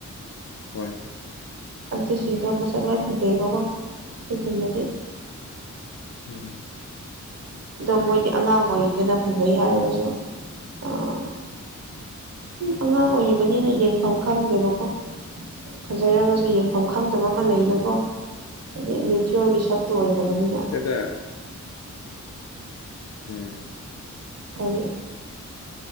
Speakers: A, on the left; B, on the right.
A: ꯍꯣꯏ
B: ꯑꯗꯨꯁꯤꯡꯗꯣ ꯃꯁꯛ ꯂꯣꯏꯅ ꯐꯖꯩꯑꯦꯕꯀꯣ ꯑꯩꯈꯣꯏ ꯈꯨꯟꯗꯗꯤ
A: ꯎꯝ
B: ꯑꯗꯣ ꯃꯣꯏꯗꯤ ꯑꯉꯥꯡ ꯑꯣꯏꯔꯤꯗꯅ ꯐꯖꯩ ꯍꯥꯏꯔꯒꯁꯨ ꯑꯗꯨꯝ ꯑꯉꯥꯡ ꯑꯣꯏꯔꯤꯕꯅꯤꯅ
A: ꯎꯝ
B: ꯌꯦꯡꯐꯝ ꯈꯪꯗꯦꯕꯀꯣ ꯐꯖꯔꯒꯁꯨ ꯌꯦꯡ ꯌꯦꯡꯐꯝ ꯈꯪꯗꯕ ꯑꯃ ꯂꯩꯅꯀꯣ
A: ꯎꯝ
B: ꯑꯗꯩ ꯃꯦꯆꯌꯣꯔꯒꯤ ꯁꯛꯇꯣ ꯑꯣꯏꯗꯕꯅꯤꯅ
A: ꯀꯗꯥꯏ ꯎꯝ
B: ꯀꯔꯤ